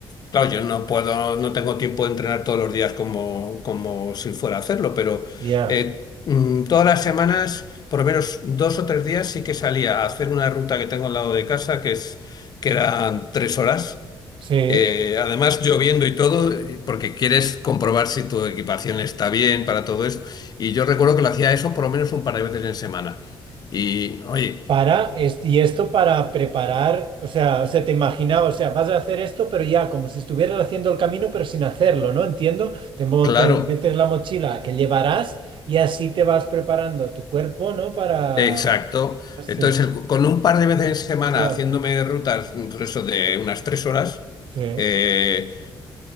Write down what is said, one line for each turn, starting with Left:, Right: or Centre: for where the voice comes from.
Left: Claro, yo no puedo, no tengo tiempo de entrenar todos los días como, como si fuera a hacerlo, pero
Right: Ya,
Left: eh, mm, todas las semanas, por lo menos dos o tres días, sí que salía a hacer una ruta que tengo al lado de casa, que es, que eran tres horas.
Right: Sí.
Left: eh, además, lloviendo y todo, y- porque quieres comprobar si tu equipación está bien para todo eso. Y yo recuerdo que lo hacía eso por lo menos un par de veces en semana. Y, oye,
Right: Para, es- y esto para preparar, o sea, o sea, te imaginaba, o sea, vas a hacer esto, pero ya como si estuvieras haciendo el camino, pero sin hacerlo, ¿no? Entiendo, te mo-
Left: claro.
Right: me- metes la mochila que llevarás y así te vas preparando tu cuerpo, ¿no? Para,
Left: Exacto.
Right: sí,
Left: Entonces, el- con un par de veces en semana
Right: ya,
Left: haciéndome rutas, mm, por eso de unas tres horas,
Right: sí.
Left: eh,